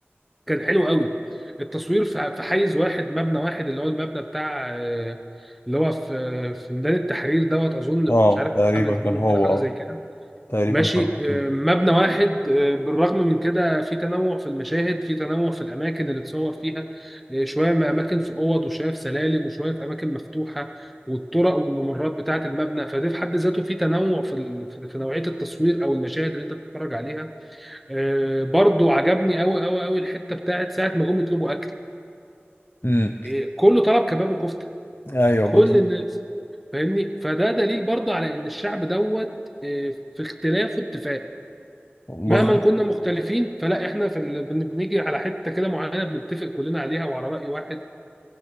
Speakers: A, in the centre; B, on the left (about 65°).
A: كان حلو قوي التصوير في في حيز واحد مبنى واحد اللي هو المبنى بتاع آه، اللي هو في في ميدان التحرير دوت اظن
B: اه
A: مش عارف
B: تقريبا
A: عمل
B: كان
A: بيه ولا
B: هو
A: حاجه
B: اه
A: زي كده
B: تقريبا
A: ماشي
B: كان هو
A: آه، مبنى واحد آه، بالرغم من كده في تنوع في المشاهد في تنوع في الاماكن اللي اتصور فيها آه، شويه ما اماكن في اوض وشويه في سلالم وشويه في اماكن مفتوحه والطرق والممرات بتاعه المبنى فده في حد ذاته في تنوع في ال- في في نوعيه التصوير او المشاهد اللي انت بتتفرج عليها آه، برضو عجبني قوي قوي قوي الحته بتاعت ساعه ما جم يطلبوا اكل
B: امم
A: آه، كله طلب كباب وكفته
B: ايوه
A: كل
B: بالظبط
A: الناس فاهمني فده دليل برضو على ان الشعب دوت آه، في اختلاف واتفاق
B: بالظبط
A: مهما كنا مختلفين فلا احنا في ال... بن- بنيجي على حته كده معينه بنتفق كلنا عليها وعلى راي واحد